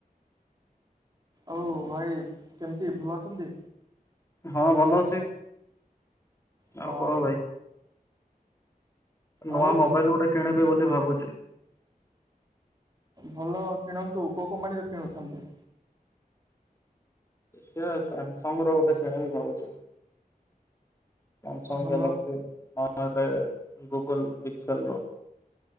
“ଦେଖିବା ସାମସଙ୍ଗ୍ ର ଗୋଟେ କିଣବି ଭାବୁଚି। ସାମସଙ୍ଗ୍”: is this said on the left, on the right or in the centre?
Left